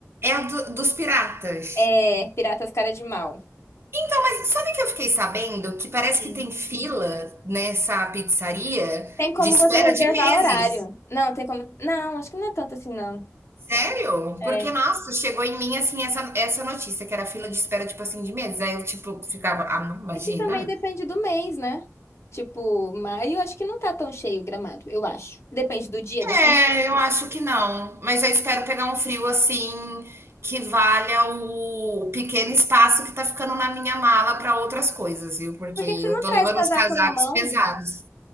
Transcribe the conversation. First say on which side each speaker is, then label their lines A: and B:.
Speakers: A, on the right; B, on the left.
A: É a do- dos piratas.
B: É, Piratas Cara de Mal.
A: Então, mas sabe que eu fiquei sabendo que parece
B: Sim.
A: que tem fila nessa pizzaria
B: Tem como
A: de espera
B: você reservar
A: de meses.
B: horário. Não, tem como. Não, acho que não é tanto assim, não.
A: Sério?
B: É,
A: Porque, nossa, chegou em mim assim essa, essa notícia, que era fila de espera, tipo assim, de meses. Aí eu, tipo, ficava, ah, não, imagina.
B: É que também depende do mês, né? Tipo, maio acho que não tá tão cheio o gramado, eu acho. Depende do dia da
A: É,
B: semana.
A: eu acho que não. Mas eu espero pegar um frio assim que valha o pequeno espaço que tá ficando na minha mala para outras coisas, viu? Porque
B: Por que
A: eu
B: que você não
A: tô
B: traz
A: levando
B: casaco
A: uns casacos
B: na mão?
A: pesados.